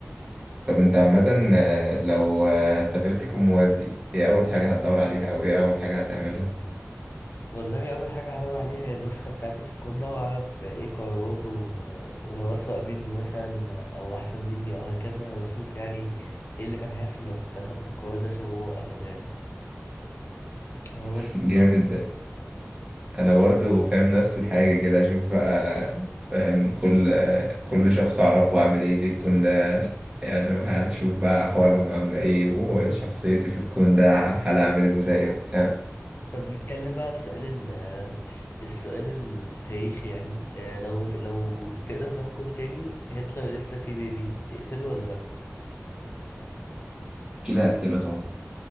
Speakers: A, on the right (about 20°); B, on the left (about 55°).
A: طب انت عامة آه، لو آه، سافرت كون موازي ايه أول حاجة هتدور عليها أو ايه أول حاجة هتعملها؟
B: والله أول حاجة هدور عليها هي النسخة بتاعتي في الكون ده وأعرف إيه قراراته و- ولو أسوأ مني مثلا أو أحسن مني أو هكذا وأشوف يعني إيه اللي كان هيحصل لو كنت أخدت القرار ده شبه هو أخده يعني هو
A: <laughs>
B: أنت
A: جامد أنا برضو فاهم نفس الحاجة كده أشوف بقى فاهم كل آه، كل شخص أعرفه عامل ايه في الكون ده يعني هشوف بقى أحوالهم عاملة ايه وشخصيتي في الكون ده حالها عامل ازاي وبتاع.
B: طب نتكلم بقى على السؤال ال- السؤال التاريخي يعني آه، لو لو تقدر تروح كون تاني هتلر لسه فيه بيبي تقتله ولا لأ؟
A: كده هقتله طبعا